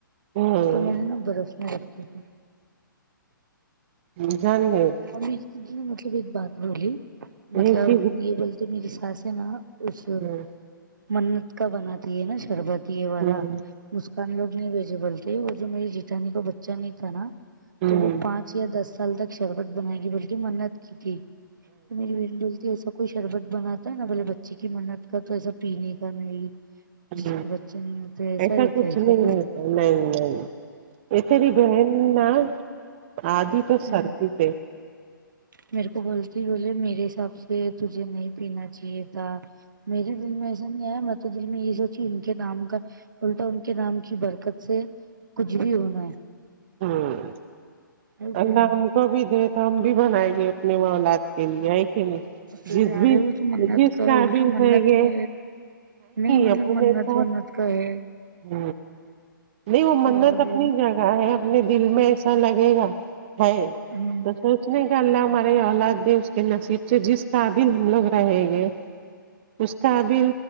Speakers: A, on the right (about 30°); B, on the right (about 65°).
A: ہ
B: تو میں نے نا برف میں رکھھی تھی
A: م جانے <unintelligible>
B: اور میریی نے مطلب ایک بات بولی
A: ایک
B: مطلب
A: ہی
B: یہ بولتے میری سس سے نا اس
A: ہوں
B: منت کا بناتی ہے نا شربت والا
A: ہوں
B: مسکان لوگ نہیں بھیجے بولتے وہ جو میری جیٹھانی کا بچہ نہیں تھا نا
A: ہوں
B: تو وہ پانچ یا دس سال تک شربت بنائے گی بلکہ منت کی تھی تو میری بھیڑ ڈلتی ہے ہو سب کو کوئی شربت بناتا ہے نا بولے بچے کی منت کا تو ایسا پینے کا نہیں <unintelligible>
A: ہ
B: جس کے بچے نہیں ہوتے
A: ایسا
B: رہتا
A: کچھ
B: ہے کیا
A: نہیں رہتا نہیں نہیں ا تری بہن نہا آدھی تو
B: ہوں
A: سرک تھ
B: میرے کو بولتی بولے میرے حساب سے تجھے نہیں پینا چاہیے تھا میرے دل میں ایسا نہیں ہے مب تو دل میں یہ سوچی ان کے نام کا الٹا ان کے نام کی برکت سے <unintelligible> کھ بھی ہونا ہے
A: ہوں <unintelligible>
B: ہے کیا
A: اللہ
B: نہیں
A: ہم کو بھی دے تو ہم بھی بنائےیں گے اپنے مولاد کے لیے ہے کہ نہیں
B: اے
A: جس بھی
B: ارے ب ت منن
A: جس
B: کر
A: قابل
B: الٹا منن
A: رہیں گے
B: کا نہیں مطلب
A: اپنے
B: منت
A: کا
B: ونت کاے
A: ہ نہیں وہ منات
B: بولے
A: اپنی جائے ہے اپنے دل میں ایسا لگے گا ہے
B: ہوں
A: تو
B: <unintelligible>
A: سوچنے کا اللہ ہمارے اولاد اس کے نصیب سے جس قابل ہم لوگ رہےیں گے اس کا اب